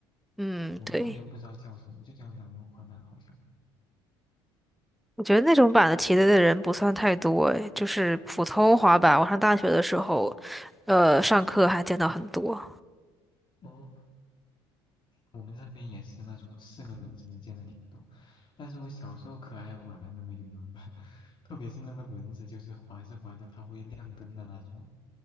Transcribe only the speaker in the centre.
嗯，
对。
我觉得那种版的题的人不算太多，诶，就是普通滑板。我上大学的时候，呃，上课还见到很多。